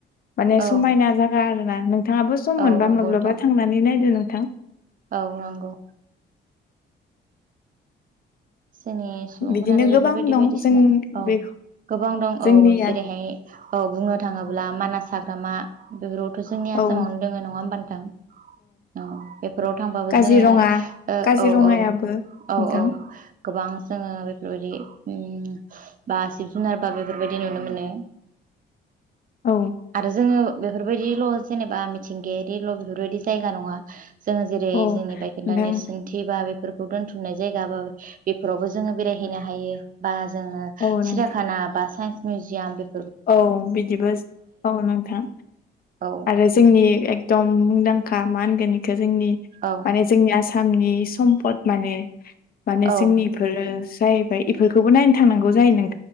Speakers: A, on the left (about 50°); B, on the right (about 45°).
A: माने
B: औ
A: समायना जागा आरो ना नोंथाङाबो सम
B: औ
A: मोनबा
B: नंगौ
A: माब्लाबा
B: नोंथां
A: थांनानै नायदो नोंथां
B: औ नंगौ जोंनि सुबुंफोरानो
A: बिदिनो
B: बेफोरबायदि
A: गोबां दं
B: बायदिसिना
A: जों
B: औ
A: बे
B: गोबां दं
A: जोंनिया
B: औ जेरैहाय औ बुंनो थाङोब्ला मानास हाग्रामा बेफोरावथ' जोंनि आसामावनो
A: औ
B: दोङो नङा होमबा नोंथां औ बेफोराव थांबाबो
A: काजिरङा
B: जोङो
A: काजिरङायाबो
B: औ औ औ
A: नोंथां
B: औ गोबां ओं जोङो बेफोरबायदि उम बा जिब जुनार बा बेफोरबायदि नुनो मोनो
A: औ
B: आरो जोङो बेफोरबायदिल' जेनेबा मिथिंगायारिल' बेफोरबायदि जायगा नङा । जोङो जेरै
A: औ
B: जोंनि बायखोन्दा
A: नोंथां
B: नेरसोनथि बा बेफोरखौ दोन्थुमनाय जायगा बा बेफोरावबो जोङो बेरायहैनो हायो बा जोङो
A: औ नों
B: सिरियाखाना बा साइन्स मिउजियाम बे
A: औ बिदिबो औ नोंथां।
B: औ
A: आरो जोंनि एकदम मुंदांखा मा होनगोन बेखौ जों नि
B: औ
A: माने जोंनि आसामनि सम फद माने माने जोंनि
B: औ
A: इफोरो जाहैबाय बेफोरखौबो नायनो थांनांगौ जायो नों